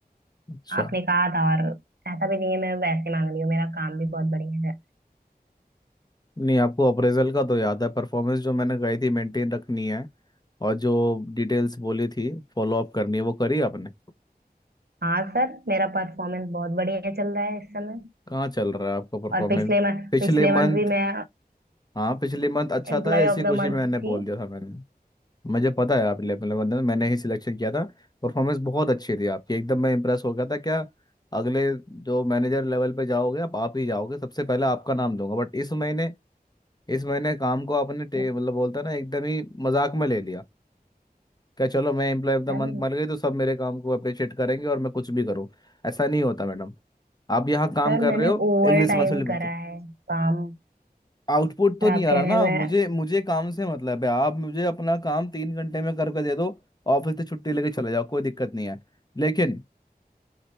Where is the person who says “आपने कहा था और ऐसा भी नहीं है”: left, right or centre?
Right